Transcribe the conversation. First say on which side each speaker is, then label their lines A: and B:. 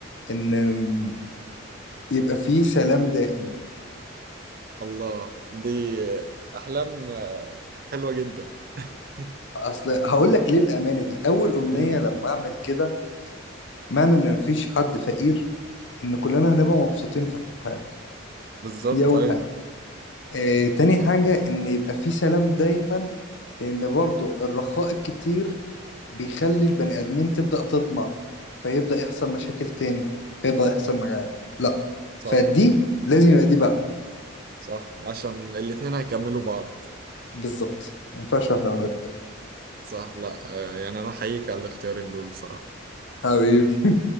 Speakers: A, on the left; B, on the right.
A: إن يبقى فيه سلام دائم
B: الله دي آه، احلام آه، حلوة جدا <laughs>
A: أصل هقول لك ليه الأمانة دي أول أمنية
B: مم.
A: لما أعمل كده معنى إن مفيش حد فقير إن كلنا هنبقى مبسوطين في حياتنا
B: بالظبط
A: دي أول
B: ايوه
A: حاجة آه، تاني حاجة إن يبقى في سلام دايما لأن برضو الرخاء الكتير بيخلي البني آدمين تبدأ تطمع فيبدأ يحصل مشاكل تاني فيبدأ يحصل مجاعات لا
B: صح
A: فدي لازم يبقى دي بعدها
B: صح عشان الاتنين هيكملوا بعض
A: بالظبط ما ينفعش واحدة من غير التانية
B: صح لا آه، يعني انا احييك على الاختيارين دول بصراحة
A: حبيبي